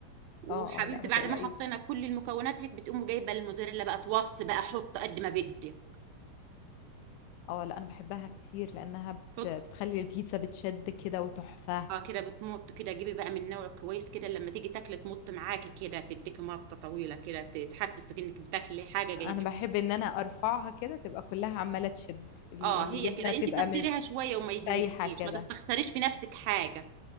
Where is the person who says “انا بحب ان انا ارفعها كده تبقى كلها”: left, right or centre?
Left